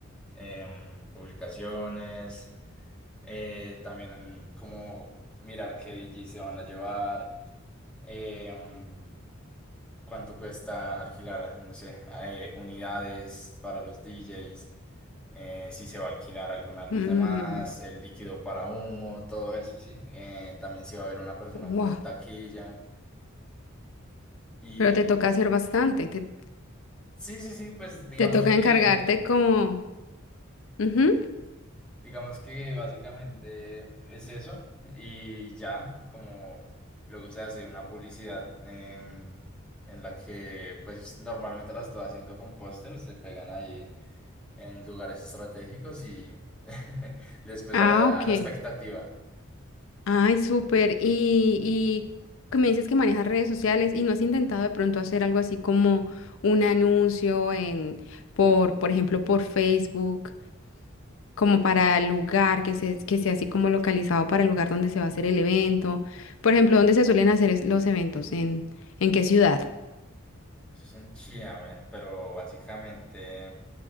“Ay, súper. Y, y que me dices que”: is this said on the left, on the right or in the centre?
Left